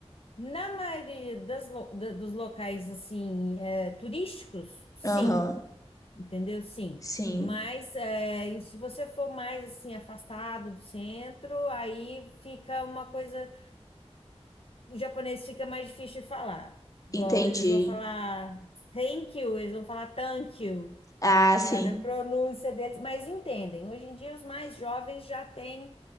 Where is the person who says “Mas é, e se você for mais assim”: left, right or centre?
Left